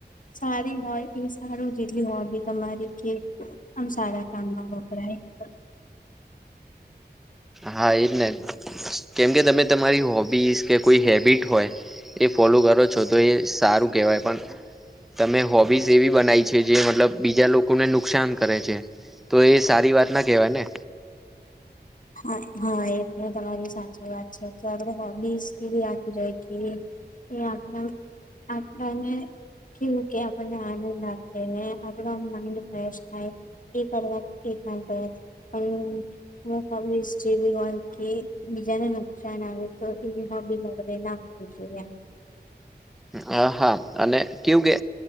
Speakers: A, on the left; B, in the centre.
A: સારી હોય એ સારું જેટલી હોબી તમારી કે આમ સારા કામમાં વપરાય
B: હા એજ ને કેમ કે તમે તમારી હોબીસ કે કોઈ હેબિટ હોય એ ફોલો કરો છો તો એ સારું કહેવાય પણ તમે હોબીઝ એવી બનાવી છે જે મતલબ બીજા લોકોને નુકસાન કરે છે. તો એ સારી વાત ના કેહેવાય ને
A: હા હા એ તમારી સાચી વાત છે કે આપડે હોબીસ એ યાદ રહે કે એ આપ યાત્ર આપડા ને કેઉ કે આપણને આનંદ લે આપે માઇન્ડ ફેશ થાય એ કરવા એ કામ કરવાથી પણ એવું હોબીઝ જેવી હોય કે બીજાને નુકસાન આવે તો એવી હોબીઝ વગેરે ના હોવી જોઈએ એમ.
B: હ હા અને કેવું કે